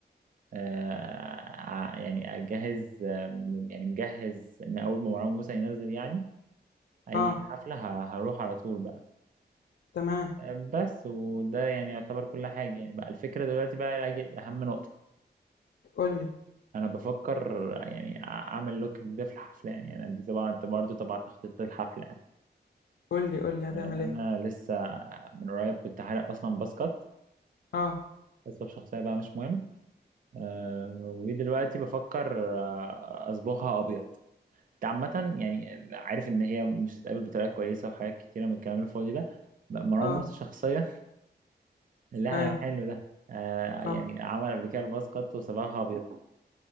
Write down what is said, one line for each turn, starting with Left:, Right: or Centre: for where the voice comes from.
Right: آه ع- يعني اجهز آه م- يعني مجهز ان اول ما مروان موسى ينزل يعني اي
Left: أه
Right: حفله ه- هروح على طول بقى
Left: تمام
Right: آه بس وده يعني يعتبر كل حاجه يعني بقى الفكره دلوقتي بقى أجي- اهم نقطه
Left: قول لي
Right: انا بفكر يعني ع- اعمل لوك جديده في الحفله يعني انا دي طبعا انت برضه طبعا تخطيط الحفله يعني
Left: قول لي قول لي
Right: آه
Left: هتعمل إيه؟
Right: انا لسه من قريب كنت حالق اصلا باسكت
Left: أه
Right: اسباب شخصيه بقى مش مهم آه، ودلوقتي بفكر آه، اصبغها ابيض انت عامة يعني عارف ان هي مش هتتقابل بطريقة كويسة وحاجات كتيرة من الكلام الفاضي ده مروان
Left: أه
Right: موسى شخصيا اللي احنا
Left: إيه
Right: رايحين له ده آه، يعني
Left: أه
Right: عمل قبل كده الباص كات وصبغها ابيض